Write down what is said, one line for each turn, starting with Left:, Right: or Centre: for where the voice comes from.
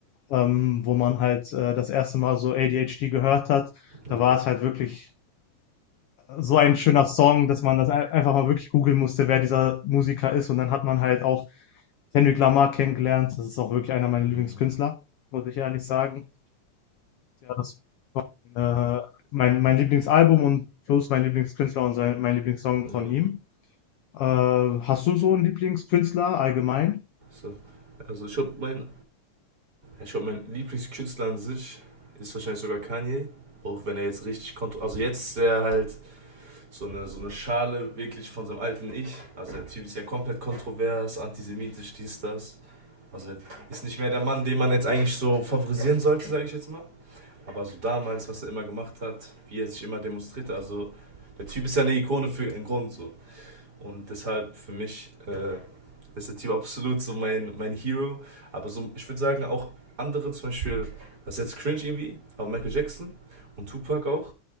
Left: ähm, wo man halt äh, das erste Mal so ADHD gehört hat. Da
Right: nee,
Left: war es halt wirklich so ein schöner Song, dass man das ein- einfach mal wirklich googeln musste, wer dieser Musiker ist. Und dann hat man halt auch Kendrick Lamar kennengelernt. Das ist auch wirklich einer meiner Lieblingskünstler,
Right: Hm.
Left: muss ich ehrlich sagen. Ja, das äh, mein, mein Lieblingsalbum und plus mein Lieblingskünstler und sein, mein Lieblingssong
Right: nee.
Left: von ihm. Äh, hast du so einen Lieblingskünstler allgemein?
Right: So. Also ich glaube, mein, ich glaub, mein Lieblingskünstler an sich ist wahrscheinlich sogar Kanye. Auch wenn er jetzt richtig kontrolliert. Also jetzt ist er halt so eine, so eine Schale wirklich von seinem alten Ich. Also der Typ ist ja komplett kontrovers, antisemitisch, dies, das. Also er ist nicht mehr der Mann, den man jetzt eigentlich so favorisieren sollte, sage ich jetzt mal. Aber so damals, was er immer gemacht hat, wie er sich immer demonstrierte. Also der Typ ist ja eine Ikone für einen Grund so. Und deshalb für mich äh, ist der Typ absolut so mein, mein Hero. Aber so, ich würde sagen, auch andere, zum Beispiel, das ist jetzt cringe irgendwie, aber Michael Jackson und Tupac auch.